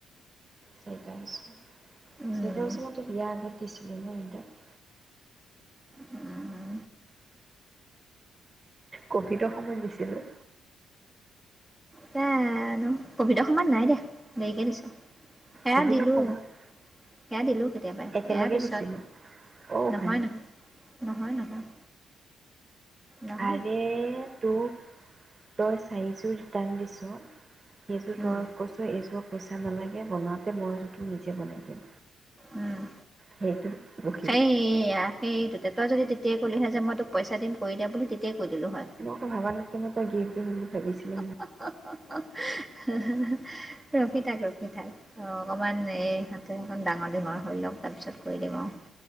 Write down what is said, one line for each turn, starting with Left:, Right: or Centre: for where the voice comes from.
Right: চাৰিটা বছৰ,
Centre: উম,
Right: চাৰিটা বছৰ মইতো বিয়া আগত দিছিলোঁ, মই তোক।
Centre: উম।
Right: ক'ভিডৰ সময়ত দিছিলোঁ।
Centre: জানো! কভিডৰ সময়ত নাই দিয়া, দেৰিকে দিছো এয়া
Right: কভিডৰ
Centre: দিলোঁ।
Right: সময়ত
Centre: সেয়া দিলো কেতিয়াবাই,
Right: একেলগে
Centre: এয়াৰ পিছত।
Right: দিছিলোঁ। অ' উশানী
Centre: নহয় -নহয়। নহয়, নহয়। নহয়
Right: আৰে তোক তই চাইজো ৰিটাৰ্ণ দিছ'। সেইযোৰ
Centre: উম,
Right: তই কৈছ', এইযোৰ পইচা নালাগে বনাওঁতে মই যিটো নিজে বনাই দিওঁ।
Centre: উম।
Right: সেইটো <unintelligible>
Centre: সেইয়া, সেই ততে তই যদি তেতিয়াই ক'লি হয় যে মই তোক পইচা দিম কৰি দে বুলি, তেতিয়াই কৰি দিলো হয়।
Right: মইতো ভাবা নাছিলো ন' তই গিফট দিম বুলি ভাবিছিলি।
Centre: ৰখি থাক, ৰখি থাক। অঁ, অকণমান এই হাতে এখন ডাঙৰ দীঘল হৈ লওঁক তাৰপিছত কৰি দিম আৰু।